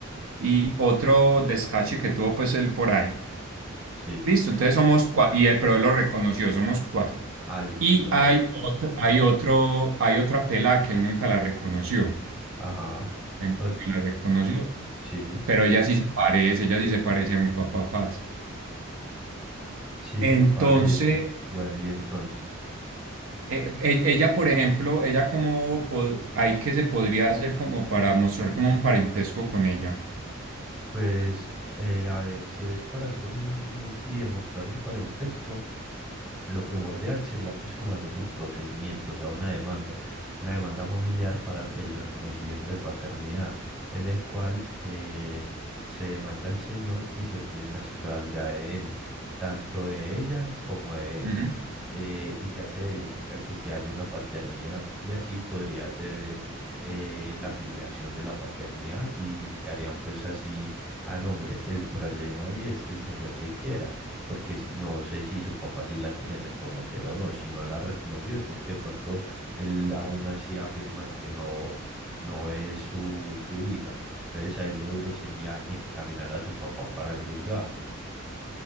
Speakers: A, on the right (about 70°); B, in the centre.
A: y otro descache que tuvo pues él por ahí.
B: sí.
A: Listo, entonces somos cuatro, y él, pero él lo reconoció, somos cuatro.
B: Ah, listo,
A: Y
B: perfecto.
A: hay otro, hay otro, hay otra pela que él nunca la reconoció.
B: Ajá.
A: Él
B: O-
A: la reconoció,
B: sí,
A: pero ella sí se parece, ella sí se parece a mi papá, parce.
B: sí
A: Entonces,
B: se parece. Bueno, y entonces,
A: Eh, e- ella, por ejemplo, ella como hay que se podría hacer como para mostrar como un parentesco con ella.
B: pues, eh, a ver, si es para hacer un, eh, y demostrar un parentesco. Lo primordial sería pues como hacer el procedimiento, o sea, una demanda, una demanda familiar para el reconocimiento de paternidad, en el cual eh, se demanda al señor y se piden las pruebas de ADN, tanto de ella como de él,
A: Ujú.
B: eh, y ya se verifica que si haya una paternidad y así podría ser eh, la afiliación de la paternidad y quedarían pues así a nombre. El problema ahí es que el señor siquiera porque no sé si su papá sí la quiere reconocer o no. Si no la reconoció es porque de pronto él aún así afirma de que no, no es su, su hija. Entonces ahí lo duro sería encaminar a su papá para el juzgado.